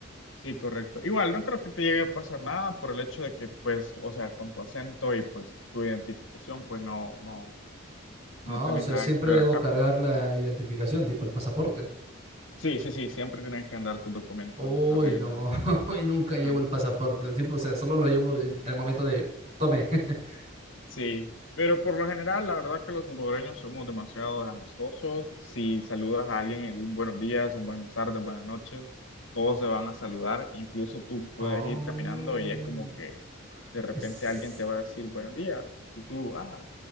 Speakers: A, on the left; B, on the right.
A: Sí, correcto. Igual, no creo que te llegue a pasar nada por el hecho de que, pues, o sea, con tu acento y pues tu identificación, pues no, no, no
B: Ah,
A: tenés
B: o sea,
A: nada
B: siempre
A: que ver
B: debo
A: acá,
B: cargar
A: pues.
B: la identificación, tipo el pasaporte.
A: Sí, sí, sí, siempre tienes que andar tus documentos
B: Uy,
A: a regla.
B: no, <laughs> y nunca llevo
A: Ajá.
B: el pasaporte. Sí, pues, o sea, solo lo llevo en el momento de tome. <laughs>
A: Sí, pero por lo general, la verdad es que los salvadoreños somos demasiado amistosos. Si saludas a alguien en un buenos días, un buenas tardes, buenas noches, todos se van a saludar. Incluso tú puedes
B: Oh,
A: ir caminando y es como que de repente
B: es.
A: alguien te va a decir buenos días y tú, ah,